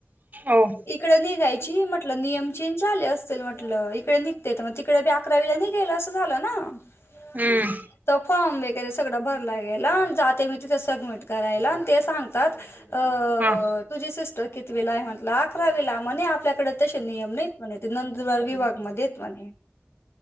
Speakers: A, on the right (about 45°); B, on the left (about 75°).
A: ओ
B: इकड निघायची, म्हटल नियम चेंज झाले असतील. म्हट टलं इकडे निघते. मग तिकडे बी अकरावीला निघेल, असं झालं ना.
A: हम्म
B: <unintelligible> त फॉर्म बी वगैरे सगळं भरला गेला न, जाते मी तिथे सबमिट करायला आण ते सांगतात अ
A: हा
B: तुझी सिस्ट र कितविला म्हटल, अकराविला. म्हने आपल्याकड तसे नियम नाही म्हणे ते नंतर धुळे विभाग मध्येेयत म्हणे.